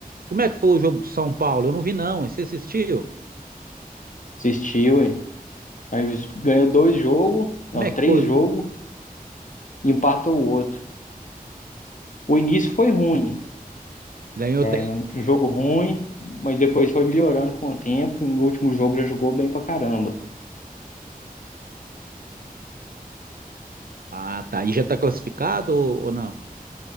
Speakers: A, on the right (about 70°); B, on the left (about 55°).
A: como é que foi o jogo do São Paulo? Eu não vi, não. Você assistiu?
B: Assistiu, Aí ganhou dois jogos,
A: Como
B: não,
A: é que
B: três
A: foi
B: jogos,
A: o jogo?
B: e empatou o outro. O início foi ruim,
A: Ganhou três?
B: um jogo ruim, mas depois foi melhorando com o tempo. No último jogo já jogou bem pra caramba.
A: Ah, tá. E já tá classificado ou, ou não?